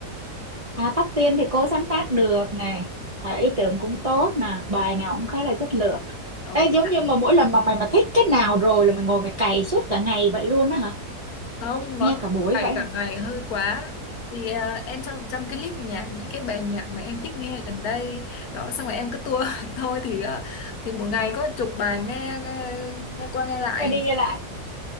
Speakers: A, on the right; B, on the left.
A: à tóc tiên thì cô sáng tác được này à, ý tưởng cũng tốt nè bài nào cũng khá là chất lượng
B: ồ
A: Ê, giống
B: rất
A: như mà mỗi lần mà mày mà thích cái nào rồi là mày ngồi mày cày suốt cả ngày vậy luôn á hả
B: không nói
A: nghe cả buổi
B: thầy
A: vậy
B: cả
A: hả
B: ngày hơi quá thì à, em cho một trăm cái list nhạc những cái bài nhạc mà em thích nghe gần đây đó xong rồi em cứ tua <laughs> thôi thì à, thì một ngày có chục bài nghe, nghe nghe qua nghe lại
A: nghe đi nghe lại